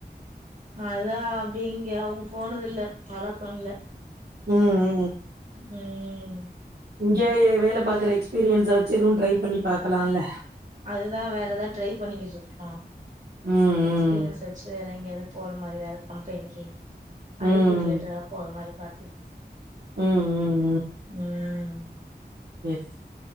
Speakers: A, on the right (about 45°); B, on the right (about 65°).
A: அதா அப்படி இங்கே அவுங்க போனதில்ல பழக்கோ இல்ல
B: உம் உம்
A: ம்
B: இங்கயே வேல பாக்ற எக்ஸ்பீரியன்ஸ வச்சு எதுவூ ட்ரை பண்ணி பாக்கலால்ல
A: அதுதா வேறதா ட்ரை பண்ணிக்கிட்ருக்கோ
B: ம்
A: எக்ஸ்பீரியன்ஸ் வச்சு வேறெங் ங்கியாது போற மாரி வேற கம்பெனிக்கு
B: ம் ம்
A: ஐ டி ரிலேட்டடா போற மாரி பாத்துட்ருக்கே
B: ம் ம் ம்
A: ம் ம்
B: சேரி சேரி